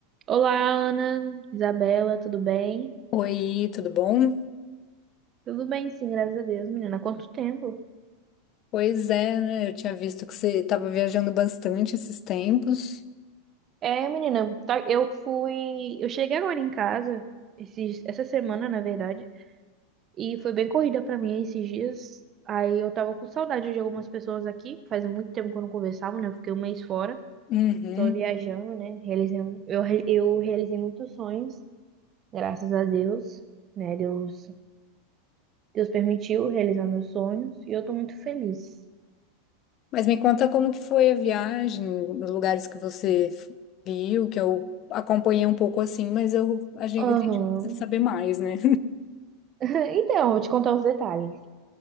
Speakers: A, on the right (about 20°); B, on the left (about 25°).
A: Olá, Ana, Isabela, tudo bem?
B: Oi, tudo bom?
A: Tudo bem, sim, graças a Deus, menina. Há Quanto tempo?
B: Pois é, né? Eu tinha visto que você estava viajando bastante esses tempos.
A: É, menina, tá- eu fui. Eu cheguei agora em casa, esses- essa semana, na verdade, e foi bem corrida pra mim esses dias. Aí eu tava com saudade de algumas pessoas aqui. Faz muito tempo que eu não conversava, né? Eu fiquei um mês fora,
B: Uhum.
A: só viajando, né? Realizei, um, eu, re- eu realizei muitos sonhos, graças a Deus, né? Deus, Deus permitiu realizar meus sonhos e eu tô muito feliz.
B: Mas me conta como que foi a viagem, os lugares que você f- viu, que eu acompanhei um pouco assim, mas eu a gente,
A: Aham.
B: a gente precisa saber mais, né?
A: Então, vou te contar os detalhes.